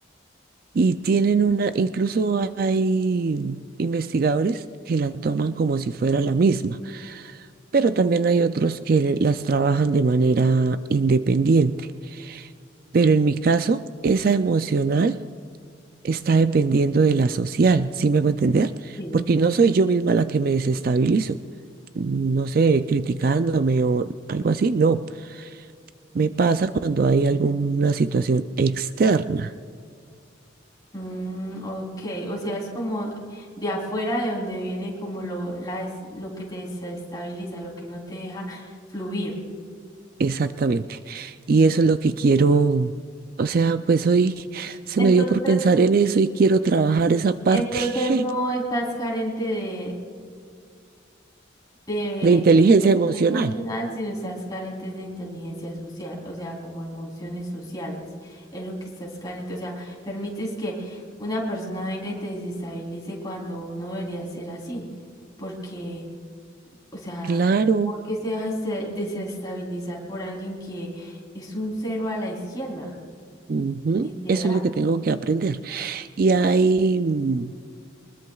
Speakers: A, on the right; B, on the left.
A: Y tienen una, incluso hay investigadores que la toman
B: Mm,
A: como si fuera la misma, pero también hay otros que las trabajan de manera independiente. Pero en mi caso, esa emocional está dependiendo de la social, ¿sí me hago entender?
B: Sí.
A: Porque no soy yo misma la que me desestabilizo, no sé, criticándome o algo así, no. Me pasa cuando hay alguna situación externa.
B: Mm, ok, o sea, es como de afuera de donde viene como lo, la, des- lo que te desestabiliza, lo que no te deja fluir.
A: Exactamente. Y eso es lo que quiero, o sea, pues hoy se
B: Entonces,
A: me dio por pensar en eso y quiero trabajar esa parte
B: entonces
A: <laughs>
B: no estás carente de, de
A: de inteligencia
B: inteligencia
A: emocional.
B: emocional, sino estás carentes de inteligencia social, o sea, como emociones sociales, es lo que estás carente, o sea, permites que una persona venga y te desestabilice cuando no debería ser así, porque, o sea,
A: Claro,
B: porque se deja este- desestabilizar por alguien que es un cero a la izquierda,
A: ujú,
B: literal.
A: Eso es lo que tengo que aprender. Y hay, mm,